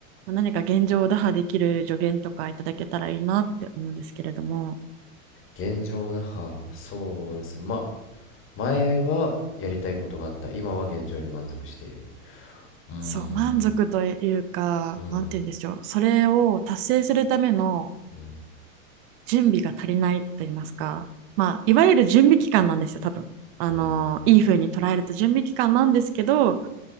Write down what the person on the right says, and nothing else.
何か現状を打破できる助言とかいただけたらいいなって思うんですけれども
そう満足というか何て言うんでしょうそれを達成するための
準備が足りないと言いますかまあいわゆる準備期間なんですよ多分あのいい風に捉えると準備期間なんですけど